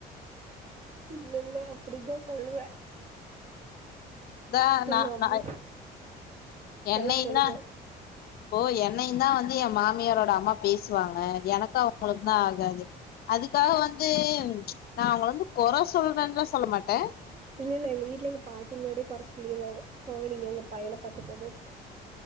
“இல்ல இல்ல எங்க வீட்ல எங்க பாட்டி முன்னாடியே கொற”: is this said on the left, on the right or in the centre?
Right